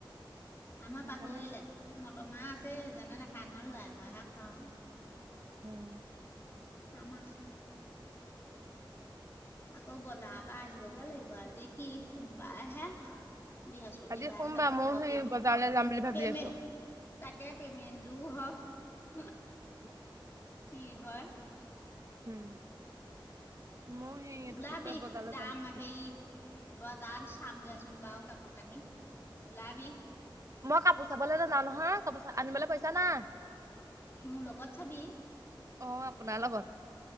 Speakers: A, on the right; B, on the left.
A: সেইটো
B: আমাৰ পাহৰিলে
A: কাৰণে
B: মটৰ মাহ আছে এজনে নাখায় নহয় লৰা মায়হে খাওঁ
A: উম
B: আমা আকৌ বজাৰৰ পৰা আহিবগে লাগিব আজি কি সোমবাৰ হে বৃহস্পতি
A: আজি
B: বাৰে
A: সোমবাৰ
B: যাব
A: ময়ো
B: লাগিব
A: সেই
B: পেমেহ
A: বজাৰলৈ যাম বুলি ভাবি
B: পেমেহ
A: আছো
B: তাকে পেমেণ্টটোও হক হো
A: হো হো
B: কি হয়
A: উম ময়ো সেই এইটো
B: ওলাবি
A: কি কয় বজাৰলৈ
B: যাম
A: যামি
B: হেৰি বজাৰত চামগেচোন বাৰু কাপোৰ কানি ওলাবি
A: মই কাপোৰ চাবলৈ নাযাওঁ নহয় কাপোৰ আনিবলৈ পইছা নাই
B: মোৰ লগত চাবি
A: অ আপোনাৰ লগত